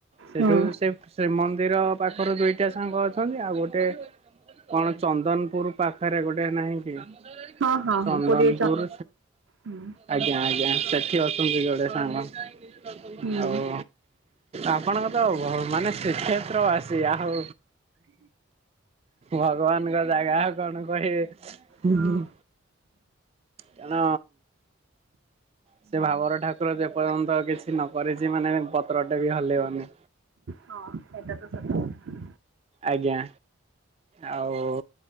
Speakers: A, on the right; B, on the right.
A: ସେଠୁ
B: ହୁଁ
A: ସେ ଶ୍ରୀମନ୍ଦିର ପାଖରୁ ଦୁଇଟା ସାଙ୍ଗ ଅଛନ୍ତି ଆଉ ଗୋଟେ କଣ ଚନ୍ଦନପୁର ପାଖରେ ଗୋଟେ ନାହିଁ କି
B: ହଁ ହଁ
A: ଚନ୍ଦନପୁର।
B: ହଁ ପୁରୀ ହୁଁ
A: ଆଜ୍ଞା ଆଜ୍ଞା ସେଠି ଅଛନ୍ତି ଯୋଡ଼େ ସାଙ୍ଗ
B: ହୁଁ।
A: ଆଉ ଆପଣଙ୍କ ତ ମାନେ ଶ୍ରୀକ୍ଷେତ୍ର ବାସି ଆଉ ଭଗବାନଙ୍କ ଦୟା ଆଉ କଣ କହିବି।
B: ହଁ
A: କଣ? ସେ ଭାବର ଠାକୁର ଯେପର୍ଯ୍ୟନ୍ତ କିଛି ନ କରିଛି ମାନେ ପତ୍ରଟେ ବି ହଲିବନି।
B: ହଁ ସେଟା ତ ସତ କଥା।
A: ଆଜ୍ଞା ଆଉ